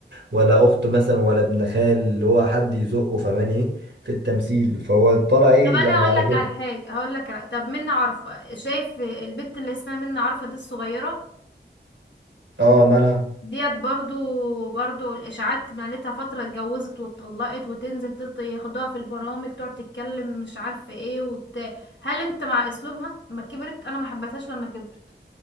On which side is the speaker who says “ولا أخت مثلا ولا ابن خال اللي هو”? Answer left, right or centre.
Right